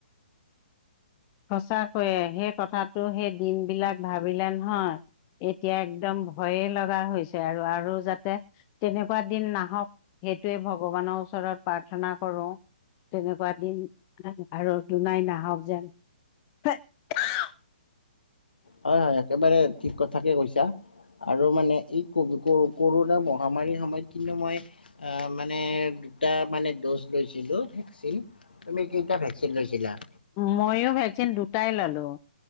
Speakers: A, on the left; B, on the left.
A: সঁচা কৈয়ে সেই কথাটো সেই দিন বিলাক ভাবিলে নহয়, এতিয়া একদম ভয়ে লগা হৈছে আৰু, আৰু যাতে তেনেকুৱা দিন নাহক সেইটোৱে ভগৱানৰ ওচৰত প্ৰাৰ্থনা কৰো। তেনেকুৱা দিন আৰু দুনাই নাহক যেন <unintelligible>
B: হয়-হয় একেবাৰে ঠিক কথাকে কৈছা। আৰু মানে এই কভিড কৰোনা মহামাৰীৰ সময়ত কিন্তু মই অ' মানে দুটা মানে দজ লৈছিলোঁ তুমি কেইটা ভেকচিন লৈছিলাঁ?
A: ময়ো ভেকচিন দুটাই ললোঁ